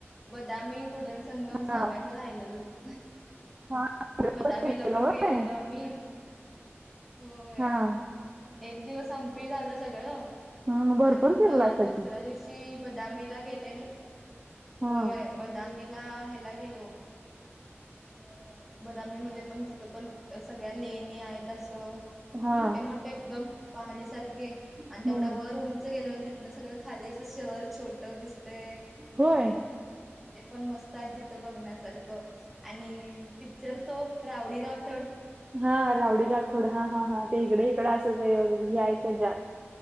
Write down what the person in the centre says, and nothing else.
बदामी, कुडल संगम
सांगायच राहिलेलंच.
बदामी ला पण
गेलेलो आमी होय,,
एक दिवस आम पी झालं सगळं,
त्यानंतर
दुसऱ्या
दिवशी बदामी ला गेलेलो
होय, बदामी ला ह्यला गेलो अं बदामी मध्ये पण, तीथं पण अ सगळ्या लेण्या आयत असं
मोठे मोठे एकदम पहाडीसारखे,
आणि तेवढा वर उंच गेलेलं ते न सगळं खाली असं शहर छोटं दिसतय.
ते पण मस्त आय तिथं बघण्यासारखं,, आणि पिक्चर तो, रावडी राठोड